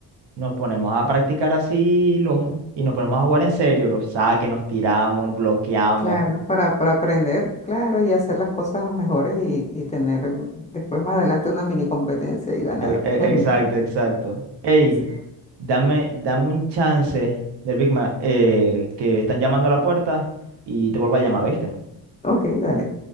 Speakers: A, on the right; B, on the left.
A: nos ponemos a practicar así los, y nos ponemos a jugar en serio. Los saques, nos tiramos, bloqueamos.
B: Claro, para, para aprender, claro, y hacer las cosas mejores y, y tener mm, después más adelante una mini competencia y ganar.
A: E- e-
B: <laughs>
A: exacto, exacto. Ey.
B: Sí.
A: Dame, dame un chance del Big Mac, eh, que están llamando a la puerta y te vuelvo a llamar, ¿oíste?
B: Ok, dale.